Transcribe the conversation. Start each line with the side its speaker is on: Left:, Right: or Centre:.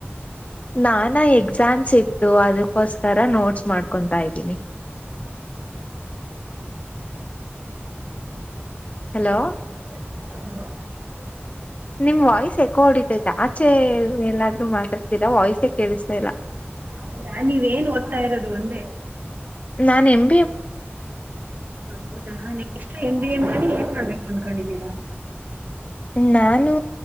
Left: ನಾನಾ ಎಕ್ಸಾಮ್ಸ್ ಇತ್ತು ಅದಕ್ಕೋಸ್ಕರ ನೋಟ್ಸ್ ಮಾಡ್ಕೊತಾ ಇದ್ದೀನಿ. ಹೆಲೋ.
Right: <unintelligible>
Left: ನಿಮ್ ವಾಯ್ಸ್ ಎಕೊ ವಡಿತ್ ಆಚೆ ಎಲ್ಲಾದ್ರು ಮಾತಾಡ್ತೀರಾ ವಾಯ್ಸೇ ಕೇಳುಸ್ತ ಇಲ್ಲ.
Right: ಹೌದಾ ನೀವೇನ್ ಓದ್ತಾ <unintelligible>
Left: ನಾ ನಿಮ್
Right: ಹೌದಾ ನೆಕ್ಸ್ಟ್ ಎಮ್ ಬಿ ಏ ಮಾಡಿ ಏನ್ ಮಾಡ್ಬೇಕು ಅಂದ್ಕೊಂಡಿದ್ದೀರಾ.
Left: ನಾನು